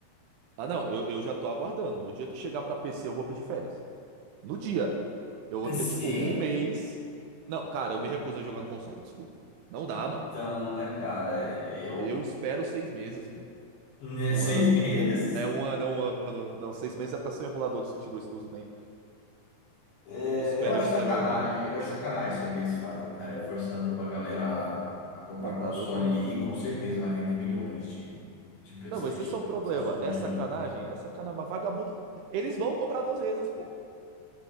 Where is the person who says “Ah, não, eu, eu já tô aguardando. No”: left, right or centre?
Right